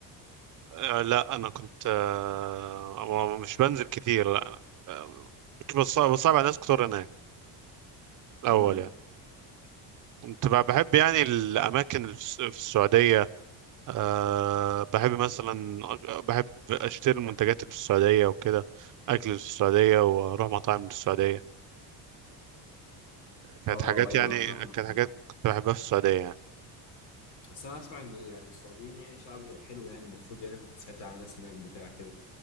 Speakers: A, on the right; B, on the left.
A: آه، لا أنا كنت آه، مش بنزل كتير لا آه، كنت بصعب, بصعب على ناس كتير هناك الأول
B: امم
A: يعني كنت ب- بحب يعني الأماكن اللي في الس- في السعودية آه، بحب مثلا أج- بحب أشتري المنتجات اللي في السعودية وكده أكل اللي في السعودية وأروح مطاعم اللي في السعودية كانت
B: اه
A: حاجات
B: ايوه
A: يعني
B: فاهمك
A: كانت
B: آه.
A: حاجات كنت بحبها في السعودية يعني.
B: بس انا اسمع ان يعني السعوديين يعني شعب حلو يعني المفروض يعني كنت ساعتها على ناس هناك بتاع كده